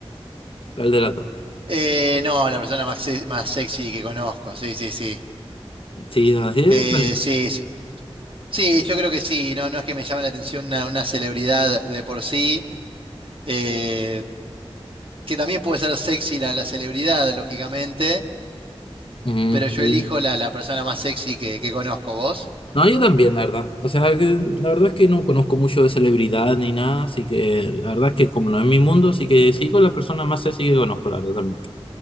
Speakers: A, on the left (about 60°); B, on the right (about 55°).
A: ¿Cuál de las dos?
B: Eh, no, la persona más, se- más sexy que conozco, sí, sí, sí.
A: Sí, no, sí,
B: Eh,
A: está bien.
B: sí, sí, sí, yo creo que sí, no, no es que me llame la atención una, una celebridad de por sí, eh, que también puede ser sexy la, la celebridad, lógicamente,
A: Mm,
B: pero yo
A: sí.
B: elijo la, la persona más sexy que, que conozco, vos.
A: No, yo también, la verdad. O sea, que la verdad es que no conozco mucho de celebridad ni nada, así que la verdad es que como no es mi mundo, así que sí con las personas más sexy que conozco, la verdad también.